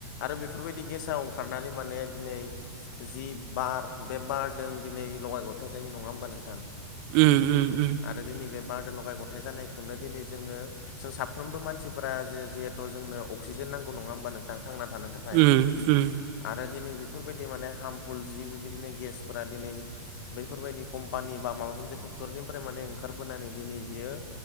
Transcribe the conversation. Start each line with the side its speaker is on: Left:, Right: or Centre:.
Left: आरो बेफोरबायदि गेसा अंखारनानै माने दिनै जि बार बे बारदों दिनै लगाय गथाय जायो नङा होमबा नोंथां?
Right: उम उम उम
Left: आरो दिनै बे बारदो लगाय गथाइ जानायखौनो दिनै जोङो जों साफ्रोमबो मानसिफोरा जे जिहेथु जोंनो अक्सिजेन नांगौ नङा होमबा नोंथाङा थांना थानो थाखाय।
Right: उम उम
Left: आरो दिनै बेफोरबायदि माने हार्मफुल जि बेबायदिनो गेसफोरा दिनै बैफोरबायदि कम्पानि बा माबा मोनसे फेक्ट'रिनिफ्राय माने ओंखारबोनानै दिनै बियो